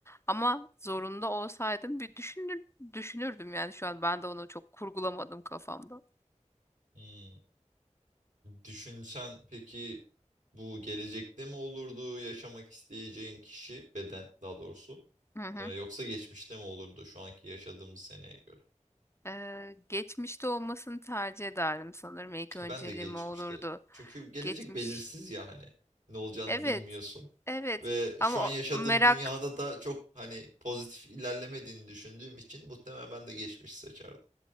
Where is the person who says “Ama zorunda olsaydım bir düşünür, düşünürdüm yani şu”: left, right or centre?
Left